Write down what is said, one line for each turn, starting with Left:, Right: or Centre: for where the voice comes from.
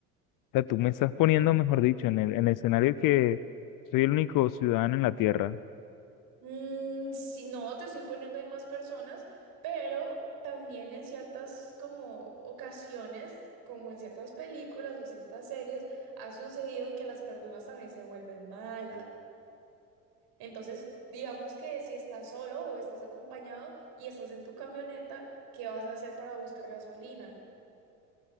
Left: sea, tú me estás poniendo, mejor dicho, en el, en el escenario que soy el único ciudadano en la Tierra.
Right: Mm, sí, no, te estoy poniendo ahí más personas, pero también en ciertas como ocasiones, como en ciertas películas o ciertas series, ha sucedido en que las personas también se vuelven malas. Entonces, digamos que si estás solo o estás acompañado y estás en tu camioneta, ¿qué vas a hacer para buscar gasolina?